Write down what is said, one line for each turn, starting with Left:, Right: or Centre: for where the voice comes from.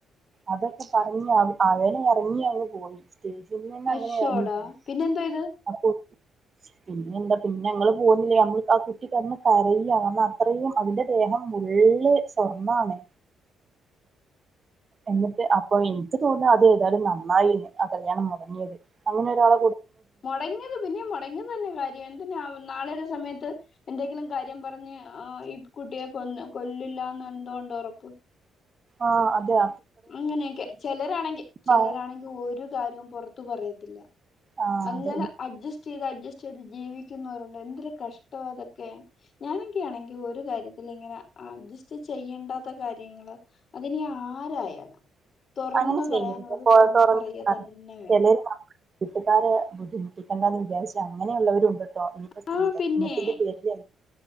Right: അതൊക്കെ പറഞ്ഞഞ് അവനെ ഇറങ്ങി അങ്ങ് പോയി സ്റ്റേജിൽ നിന്ന്
Left: അഷോടാ
Right: അങ്ങനെ ഇറങ്ങി പോയി
Left: പിന്നെന്തോ ച്യ്ത
Right: അപ്പൊ പിന്നെ എന്താ പിന്നെ ഞങ്ങള്ൾ പോുന്നില്ലേ നമ്മൾ ആ കുട്ടി കന്ന് കരയ അത്രയും അതിന്റെ ദേഹം ഉള്ളേ സ്വർണ്ണാണ്
Left: <inaudible>
Right: എന്നിട്ട് അപ്പൊ എനിക്ക് തൂണ്ട അത് ഏതായാലും നന്നായിന്ന് ആ കല്യാണം മുടങ്ങിയത് അങ്ങനെ ഒരാള
Left: മുടങ്ങിയത് പിന്നെ മുടങ്ങിയത് തന്നെ കാര്യം എ നാളെ സമയത്ത് എന്തെങ്കിലും കാര്യം പറഞ്ഞ് ഈ കുട്ടിയെ കൊ കൊല്ലില്ലന്ന് എന്തുഇണ്ട് ഉറപ്പ് ഉം
Right: ആഹ അതെയ
Left: അങ്ങനെയൊക്കെ ചിലരാണെങ്കിൽ ചിലരാണെങ്കിൽ
Right: ആഹ്
Left: ഒരു കാര്യവും പുറത്തു പറയത്തില്ല
Right: ആഹ്
Left: അങ്ങനെ
Right: അതെ
Left: അഡ്ജസ്റ്റ് ത് അഡ്ജസ്റ്റ് ചെയ്ത് ജീവിക്കുന്നവരുണ്ട് എന്തൊരു കഷ്ടം അതൊക്കെ ഞാനൊക്കൊണെങ്ക ഒരു കാര്യത്തി ഇങ്ങനെ അഡ്ജസ്റ്റ് ചെയ്യണ്ടാത്ത കാര്യങ്ങള് അതിെ ആരായാലും തുറന്നു
Right: അങ്ങനെ ചെയ്യരുത്
Left: പറയാനുള്ളത്
Right: പോ
Left: തുറന്നു
Right: തുറന്ന്
Left: പററയ തന്നെ വേണം
Right: ചിലര് വീട്ടുകാരെ ബുദ്ധിമുട്ടി ണ്ടാന്ന് വിചാരിച്ച അങ്ങനെയുള്ളവരുണ്ട് കേട്ടോ ഇനിപ്പോ സ്ത്രീധത്നത്തിന്റെ
Left: ആ പിന്നെ
Right: പേരില്